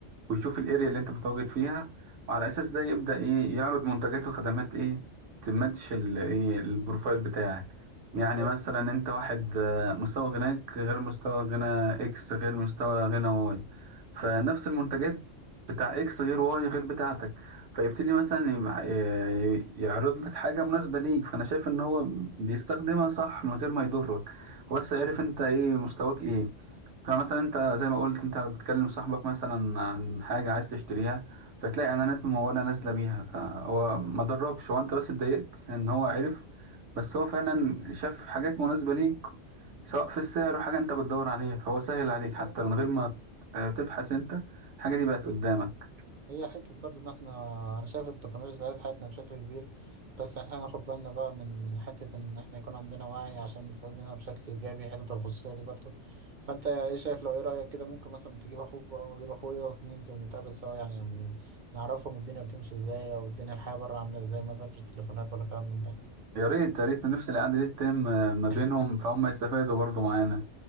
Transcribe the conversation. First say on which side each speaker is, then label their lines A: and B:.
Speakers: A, on the right (about 85°); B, on the right (about 50°).
A: ويشوف الاريا اللي انت متواجد فيها وعلى اساس ده يبدا ايه يعرض منتجات وخدمات ايه تماتش ال- ايه البروفايل بتاعك يعني
B: بالظبط
A: مثلا انت واحد آه، مستوى غناك غير مستوى غنى اكس غير مستوى غنى واي فنفس
B: مم.
A: المنتجات بتاع اكس غير واي غير بتاعتك فيبتدي مثلا يبع- ي- يعرض لك حاجة مناسبة ليك فأنا شايف إن هو بيستخدمها صح من غير ما يضرك هو بس عارف
B: مم.
A: أنت إيه مستواك إيه فمثلا انت زي ما قلت انت بتكلم صاحبك مثلا عن حاجة عايز تشتريها فتلاقي اعلانات ممولة نازلة بيها فهو ما ضركش هو انت بس اتضايقت ان هو عرف بس هو فعلا شاف حاجات مناسبة ليك سواء في السعر او حاجة انت بتدور عليها فهو سهل عليك
B: بالظبط
A: حتى من غير ما اه، تبحث انت الحاجة دي بقت قدامك
B: هي حتة برضه إن إحنا أنا شايف التكنولوجيا سهلت حياتنا بشكل كبير بس إحنا ناخد بالنا بقى من حتة إن إحنا يكون عندنا وعي عشان نستفيد منها بشكل إيجابي حتة الخصوصية دي برضه فأنت إيه شايف لو إيه رأيك كده ممكن مثلا تجيب أخوك بقى وأجيب أخويا وننزل نتقابل سوا يعني ن- نعرفهم الدنيا بتمشي إزاي أو الدنيا الحياة بره عاملة إزاي من غير التليفونات ولا كلام من ده
A: يا ريت يا ريت نفس القعدة دي تتم اه، ما بينهم
B: <laughs>
A: فهم يستفادوا برضو معانا